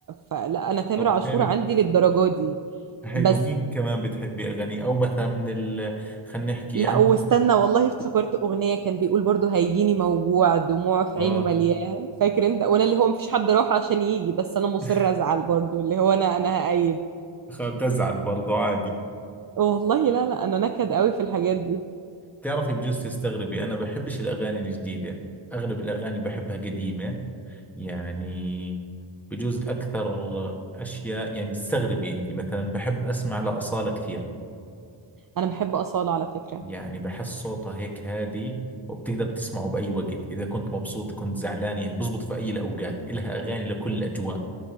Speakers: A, on the right; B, in the centre.
A: فلا انا تامر
B: طب
A: عاشور
B: حلو
A: عندي للدرجة دي
B: حلو
A: بس
B: مين كمان بتحبي أغاني أو مثلا من ال خلينا نحكي
A: لا
B: عندكم
A: واستنى والله افتكرت اغنية كان بيقول برضو هيجيني موجوع دموع في
B: اه
A: عينه مليان فاكر انت وانا اللي هو مفيش حد راح عشان يجي بس انا مصر
B: <laughs>
A: ازعل برضو اللي هو انا انا هأيد
B: بزعل برضه عادي
A: والله لا لا انا نكد قوي في الحاجات دي
B: تعرفي بجوز تستغربي انا بحبش الاغاني الجديده اغلب الاغاني اللي بحبها قديمه يعني بجوز اكثر اشياء يعني بتستغربي انت مثلا بحب اسمع لاصاله كثير
A: انا بحب أصالة على فكرة
B: يعني بحس صوتها هيك هادي وبتقدر تسمعه باي وقت اذا كنت مبسوط كنت زعلان يعني بزبط في اي الاوقات الها اغاني لكل الاجواء